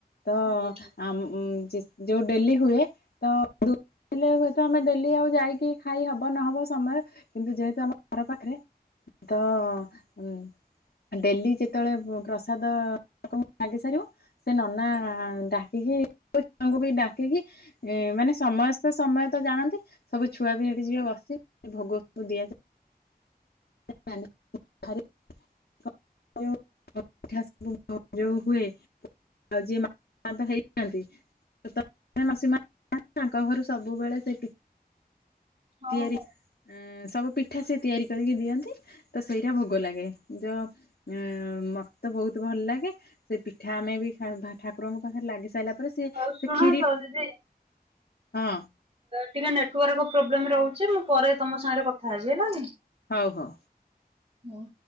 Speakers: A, on the left (about 80°); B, on the right (about 40°).
A: ତ
B: ଓହୋ
A: ଆମ ଯୋଉ ଡେଲି ହୁଏ ତ ହେଲେ ହୁଏତ ଆମେ ଡେଲି ଆଉ ଯାଇକି ଖାଇ ହବ ନହବ ସମୟ କିନ୍ତୁ ଯେହେତୁ ଆମ ଘର ପାଖରେ ତ ହଁ। ଡେଲି ଯେତେବେଳେ ପ୍ରସାଦ ଲାଗି ସାରିବ ସେ ନନା ଡାକିକି ଛୁଆଙ୍କୁ ବି ଡାକିକି ଏ ମାନେ ସମସ୍ତେ ସମୟ ତ ଜାଣନ୍ତି ସବୁ ଛୁଆ ବି ସେଠି ଯିବେ ବସି ଭୋଗ ଦିଆଯାଏ। <unintelligible> <unintelligible> ହେଇଥାନ୍ତି ତାଙ୍କ ଘରୁ ସବୁବେଳେ ସେ।
B: ହଉ
A: ତିଆରି ସବୁ ପିଠା ସେ ତିଆରି କରିକି ଦିଅନ୍ତି ତ ସେଇଟା ଭୋଗ ଲାଗେ ଯ ଅ ମତେ ତ ବହୁତ ଭଲ ଲାଗେ ସେ ପିଠା ଆମେ ବି ଠାକୁରଙ୍କ ପାଖରେ ଲାଗି ସାରିଲା ପରେ ତାପରେ ସିଏ
B: ହଉ ହଉ ଶୁଣ
A: ସେ ଖ୍ଷିରି
B: ତ ଦିଦି
A: ହଁ।
B: ଟିକେ ନେଟୱାର୍କ ଚୁ ପ୍ରୋବ୍ଲେମ ରହୁଛି ମୁଁ ପରେ ତମ ସାଙ୍ଗରେ କଥା ହେବି ହେଲା।
A: ହଉ ହଉ।
B: ହଁ।